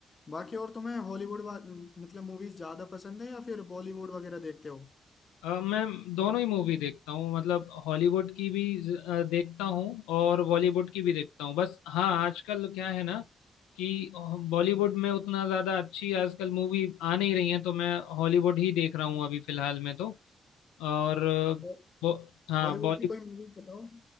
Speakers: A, on the left (about 40°); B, on the left (about 80°).
A: बाकी और तुम्हें हॉलीवुड वा- मतलब मूवीज ज्यादा पसंद है या फिर बॉलीवुड वगैरह देखते हो
B: अ, मैं दोनों ही मूवी देखता हूँ मतलब हॉलीवुड की भी ज- अ, देखता हूँ और बॉलीवुड की भी देखता हूँ बस हाँ आजकल क्या है ना कि बॉलीवुड में उतना ज़्यादा अच्छी आजकल मूवी आ नहीं रही है तो मैं हॉलीवुड ही देख रहा हूँ अभी फिलहाल में तो और अ,
A: हो-
B: वो हाँ
A: हॉलीवुड
B: बॉली
A: की कोई मूवी बताओ